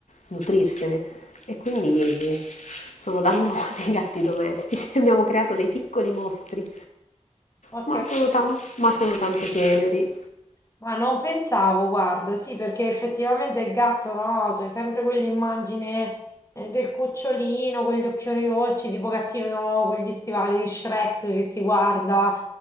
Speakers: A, on the left (about 75°); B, on the left (about 25°).
A: nutrirsene. E quindi sono dannosi i gatti domestici, <laughs> abbiamo creato dei piccoli mostri,
B: porca
A: ma sono,
B: miseria.
A: tan- ma sono tanto teneri.
B: ma non pensavo, guarda, sì, perché effettivamente il gatto, no? C'è sempre quell'immagine eh, del cucciolino con gli occhioni dolci, tipo gattino con gli stivali di Shrek che ti guarda,